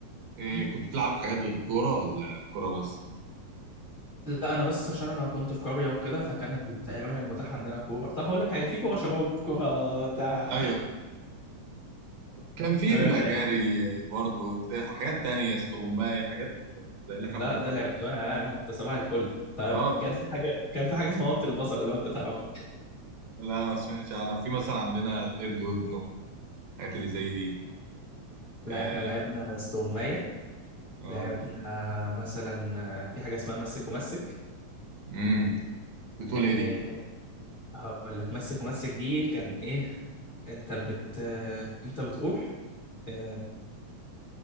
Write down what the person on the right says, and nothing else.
إيه،
كنت بتلعب حاجات غير الكوره ولا الكوره بس
ايوه كان في
بيبقى
جري آه، برضو ده حاجات تانية استغماية حاجات زي اللي احنا
كنا بنلعبها
اه دي
لا ما سمعتش اعرف في مثلا عندنا القرد وابنه الحاجات اللي زي دي
اه
اه
امم بتقول
ايه دي